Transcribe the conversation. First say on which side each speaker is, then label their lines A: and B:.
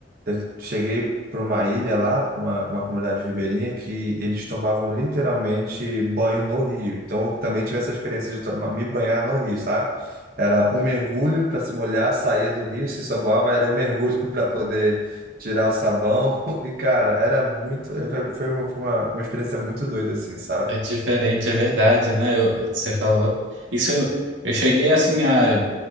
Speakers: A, on the right; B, on the right.
A: eu cheguei para uma ilha lá, para uma, uma comunidade ribeirinha, que eles tomavam literalmente banho no rio. Então eu também tive essa experiência de tomar, me banhar no rio, sabe? Era um mergulho para se molhar, saía do rio, se saboava, era um mergulho <laughs> para poder tirar o sabão. E, cara, era muito. eh, Foi uma, foi uma, uma experiência muito doida, assim, sabe?
B: é diferente, é verdade, né? Eu- você falou. Isso eu, eu cheguei assim a